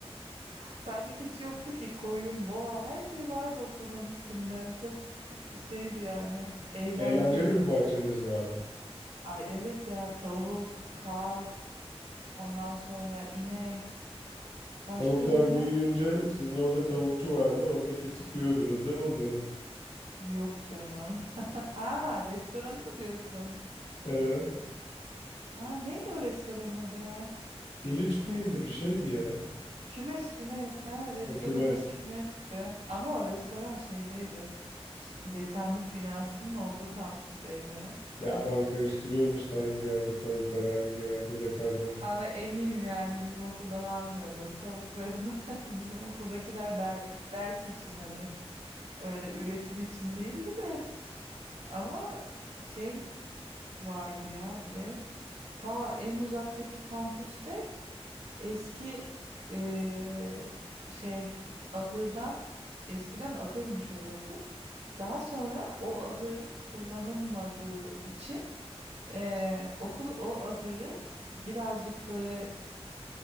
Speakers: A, on the right; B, on the left.
A: Sadece keçi yoktu ki koyun, boğa her şey vardı okulun içinde. Çok şeydi yani eğlenceli.
B: Eğlenceli bir bahçeniz vardı.
A: Ay evet ya tavuk, kaz, ondan sonra inek. Başka
B: Tavuklar
A: ne?
B: büyüyünce sizin orada tavukçu vardı. Orada kesip yiyordunuz değil mi onları?
A: Yok canım. <laughs> Ha restoranı mı diyorsun?
B: Evet.
A: Ha neydi o restoranın adı ya?
B: Piliç miydi bir şeydi ya.
A: Kümes kümes ha restoranın
B: Ha, kümes.
A: adı kümesti. Ama o restoran şeydeydi. Dekanlık binasının olduğu kampüsteydi.
B: Ya ben karıştırıyormuş da hangi yerde tavuk var hangi yerde de kan var.
A: Ama eminim yani bizim okuldan almıyordur tavuklarını. <laughs> Bizim okuldakiler der- ders için hani öyle üretim için değildi de ama şey vardı ya bir de ta en uzaktaki kampüste eski eee, şey ahırdan eskiden ahırmış orası. Daha sonra o ahır kullanılmadığı için eee, okul o ahırı birazcık böyle